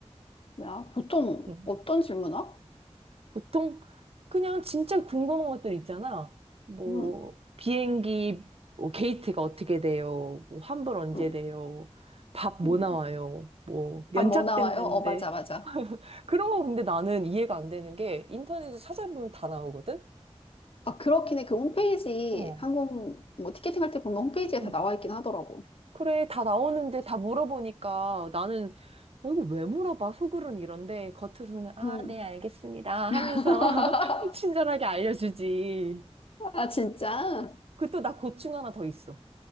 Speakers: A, on the left; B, on the right.
A: 야, 보통
B: 응.
A: 어떤 질문아?
B: 보통 그냥 진짜 궁금한 것들 있잖아. 뭐
A: 음,
B: 비행기 뭐 게이트가 어떻게 돼요? 뭐 환불 언제
A: 음,
B: 돼요? 밥 뭐
A: 음.
B: 나와요? 뭐 연착됐는데
A: 밥뭐 나와요? 어, 맞아, 맞아.
B: <laughs> 그런 거 근데 나는 이해가 안 되는 게 인터넷에 찾아보면 다 나오거든?
A: 아, 그렇긴 해. 그 홈페이지,
B: 어.
A: 항공, 뭐, 티켓팅 할 때 보면 홈페이지에
B: 음.
A: 다 나와 있긴 하더라고.
B: 그래, 다 나오는데 다 물어보니까 나는 어, 이거 왜 물어봐? 속으로는 이런데 겉으로는 아,
A: 음.
B: 네, 알겠습니다
A: <laughs>
B: 하면서 <laughs> 친절하게 알려주지.
A: 아, 진짜?
B: 그 또 나 고충 하나 더 있어.